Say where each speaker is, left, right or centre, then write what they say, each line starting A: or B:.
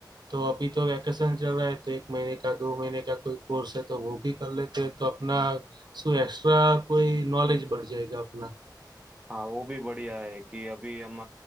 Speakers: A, on the right (about 70°); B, on the right (about 15°).
A: तो अभी तो वैकेशन चल रहा है तो एक महीने का दो महीने का कोई कोर्स है तो वो भी कर लेते हैं तो अपना सो एक्स्ट्रा कोई नॉलेज बढ़ जाएगा अपना
B: हाँ वो भी बढ़िया है कि अभी हम